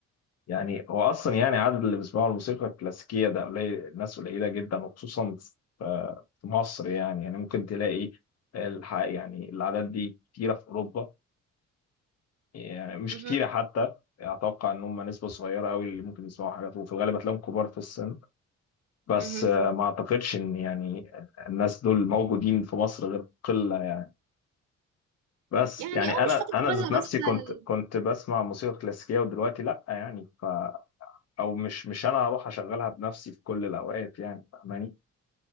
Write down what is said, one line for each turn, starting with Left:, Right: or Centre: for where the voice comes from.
Left: يعني هو اصلا يعني عدد اللي بيسمعوا الموسيقى الكلاسيكيه ده قليل ناس قليله جدا وخصوصا في في مصر يعني يعني ممكن تلاقي الح... يعني الاعداد دي كتيره في اوروبا يعني مش
Right: مهم.
Left: كتيره حتى اتوقع ان هم نسبه صغيره قوي اللي ممكن يسمعوا حاجات وفي الغالب هتلاقيهم كبار في السن بس
Right: مهم.
Left: آه، ما اعتقدش ان يعني الناس دول موجودين في مصر غير قله يعني. بس
Right: يعني
Left: يعني
Right: اه
Left: انا
Right: مش فاكرة
Left: انا
Right: كلها
Left: ذات نفسي
Right: بس
Left: كنت
Right: ال-
Left: كنت بسمع موسيقى كلاسيكيه ودلوقتي لا يعني ف او مش مش انا هروح اشغلها بنفسي في كل الاوقات يعني فاهماني